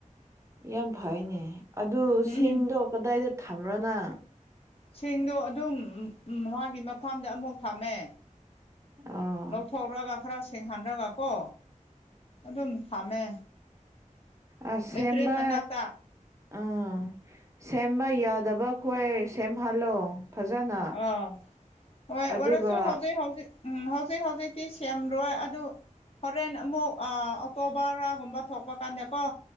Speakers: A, on the right; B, on the left.
A: ꯌꯥꯝ ꯐꯩꯅꯦ ꯑꯗꯨ
B: ꯎꯝ
A: ꯁꯤꯡꯗꯣ ꯀꯗꯥꯏꯗ ꯊꯝꯕ꯭ꯔꯣꯅ
B: ꯁꯤꯡꯗꯣ ꯑꯗꯨꯝ ꯃꯥꯒꯤ ꯃꯐꯝꯗ ꯑꯃꯨꯛ ꯊꯝꯃꯦ
A: ꯑꯣ
B: ꯂꯧꯊꯣꯛꯔꯒ ꯈꯔ ꯁꯦꯡꯍꯜꯔꯒ ꯀꯣ ꯑꯗꯨꯝ ꯊꯝꯃꯦ
A: ꯑ ꯁꯦꯝꯕ
B: ꯂꯩꯇ꯭ꯔꯦ ꯃꯅꯥꯛꯇ
A: ꯑꯥ ꯁꯦꯝꯕ ꯌꯥꯗꯕ ꯈꯣꯏ ꯁꯦꯝꯍꯜꯂꯣ ꯐꯖꯅ
B: ꯑꯥ ꯍꯣꯏ ꯑꯣꯏꯔꯁꯨ
A: ꯑꯗꯨꯒ
B: ꯍꯧꯖꯤꯛ ꯍꯧꯖꯤꯛ ꯎꯝ ꯍꯧꯖꯤꯛ ꯍꯧꯖꯤꯛꯇꯤ ꯁꯦꯝꯔꯣꯏ ꯑꯗꯨ ꯍꯣꯔꯦꯟ ꯑꯃꯨꯛ ꯑꯣꯛꯇꯣꯕꯔꯒꯨꯝꯕ ꯊꯣꯛꯄ ꯀꯥꯟꯗꯀꯣ